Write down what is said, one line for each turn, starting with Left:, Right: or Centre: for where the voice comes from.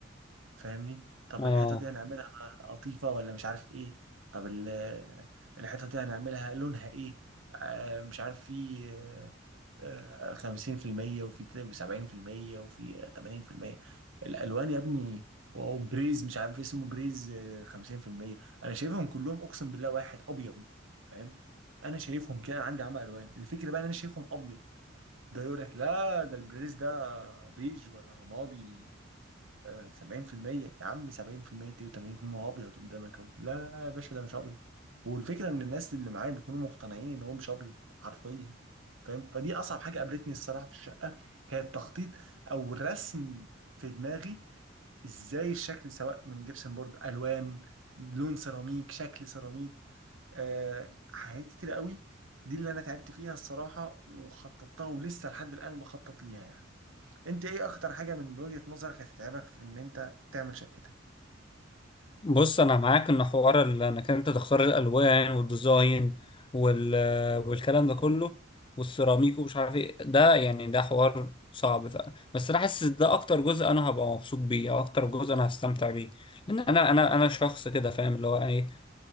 Right: فاهمني طب
Left: اه
Right: الحتة دي هنعملها قطيفة ولا مش عارف ايه طب ال- الحتة دي هنعملها لونها ايه آه، مش عارف في آه، آه، خمسين في المية وفي سبعين في المية وفي تمانين في المية الألوان يا ابني واو بريز مش عارف اسمه بريز آه، خمسين في المية أنا شايفهم كلهم أقسم بالله واحد أبيض فاهم أنا شايفهم كده أنا عندي عمى ألوان الفكرة بقى إن أنا شايفهم أبيض ده يقول لك لا ده البريز ده بيج ولا رمادي آه، 70% يا عم 70% دي و80% هو ابيض قدامك اهو لا لا لا يا باشا ده مش ابيض والفكره ان الناس اللي معايا بيكونوا مقتنعين ان هو مش ابيض حرفيا فاهم فدي اصعب حاجه قابلتني الصراحه في الشقه هي التخطيط او الرسم في دماغي ازاي الشكل سواء من جبسن بورد الوان لون سيراميك شكل سيراميك آه حاجات كتير قوي دي اللي انا تعبت فيها الصراحه وخططتها ولسه لحد الان بخطط ليها يعني انت ايه اخطر حاجه من وجهه نظرك هتتعبك في ان انت تعمل شقتك
Left: بص انا معاك ان حوار ال- انك انت تختار الالوان والديزاين وال... والكلام ده كله والسيراميك ومش عارف ايه ده يعني ده حوار صعب ف... بس انا حاسس ده اكتر جزء انا هبقى مبسوط بيه او اكتر جزء انا هستمتع بيه لان انا انا انا شخص كده فاهم اللي هو ايه